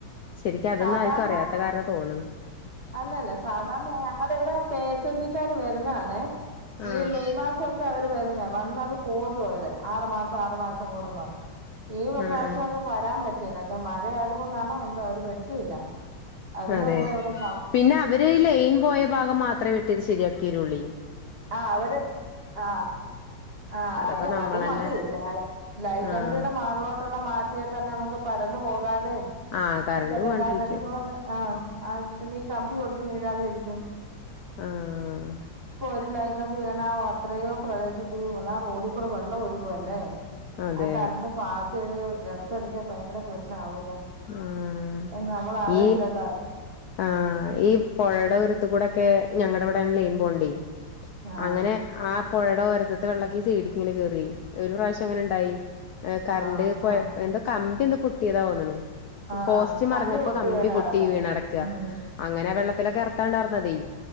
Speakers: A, on the left; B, on the right.
A: ശരിക്ക് അതൊന്ന്
B: സാധാരണ
A: ആർക്കും അറിയാത്ത കാരണ തോന്ന്ണ്
B: അല്ലല്ല സാധാരണ ഞങ്ങടെ ഇവിടെ കെ സി ബി ക്കാാര് വരും ന്നാന്നെ
A: ആഹ്
B: ഈ മെയ് മാസൊക്കെ അവ <unintelligible> ക്ക് വരുന്നേ വന്നത് പോതൊവര് <unintelligible> ആറുമാസം ആറുമാസം കൂടുമ്പോ ഈ മാസം
A: ആഹ് ആഹ്
B: അവ് <unintelligible> വരാൻ പറ്റില്ല ട്ട മ്മ <unintelligible> ചെ അതുകൊണ്ടാണോ എന്തോ അവര് <unintelligible> വെട്ടിയില്ല അതിന്
A: അതെ
B: മുമ്പേ എടെ <unintelligible>
A: പിന്നെ അവര് ഈ ലൈയിൻ പോയ ഭാഗം മാത്രമേ വെട്ടി ശരിയാക്ക്യരൊള്ളനി
B: ആ അവര് ആ ആ
A: അതപ്പോ
B: അത്
A: നമ്മളന്നെ
B: അത് മതി ല ലയക്കമ്പിയുടെ
A: ആഹ്
B: മാറിലോട്ടുള്ള മാറ്റിയെ തന്നെ നമുക്ക് പരണ്ട്പോക വാവെ
A: ആഹ് കറണ്ട്
B: ഇ ചെറിയ
A: പോവാണ്ടിരിക്കും
B: കാർഡ് എടക്ക് വന്ന് ആഹ അഹ് പിന്നെ ഈ കമ്പി ഒടിഞ്ഞു വീ ഴാതെയിരിക്കും
A: ആഹ്
B: ഇ ലൈംഗം വീണാവോ അത്രയോ പ്രദേശത്ത് <unintelligible> റോഡിൽ കൂടെ വെള്ളം ഒഴുകുവ അല്ലേ
A: അതെ
B: ആ കറണ്ട് പാസ് - ചെയ്തത് എർത്തടിച്ചാൽ ഭയങ്കര പ്രശ്നം ആവും
A: ആഹ്
B: ഉം നമ്മൾ അറിയില്ലല്ലോ
A: ഈ ആഹ് ഈ പൊഴയുടെ ഉരുത്ത കൂടെക്കെ ഞങ്ങടെ ഇവിടെ ലെയിൻ പോൺണ്ടേ
B: ആഹ്
A: അങ്ങനെ ആഹ് പൊഴയുടെ ഓരത്തത്തെ വെള്ളക്ക ഈ സൈഡിക്ക് ഇങ്ങനെ കേ റൌ ഒരു പ്രാവശ്യം അങ്ങനെ ഉണ്ടായി അ കറണ്ട്
B: ആഹ്
A: പോയപ്പോ
B: ആഹ്
A: എന്താ കമ്പി എന്താ പൊട്ടി ട്ടിയത തോന്നണു ക്ക്പോസ്റ്റ്
B: ആഹ്
A: മറിഞ്ഞപ്പോ കമ്പി
B: വീണ്
A: പൊട്ടി
B: കെടക്കും
A: വീണടക്ക യ
B: ഉം
A: അങ്ങനെ അ വെള്ളത്തിലൊക്കെ കറത്താണ്ടർന്നതേ